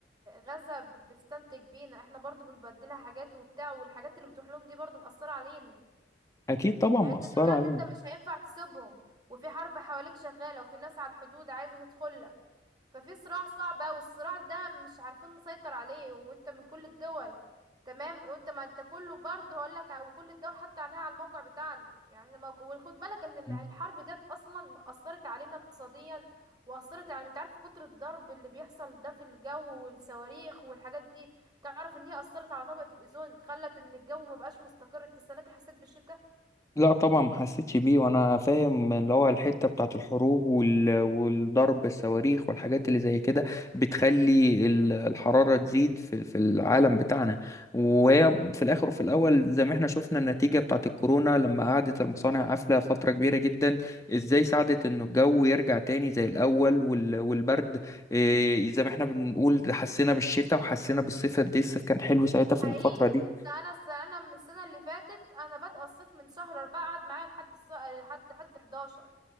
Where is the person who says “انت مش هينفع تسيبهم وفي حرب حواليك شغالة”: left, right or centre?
Right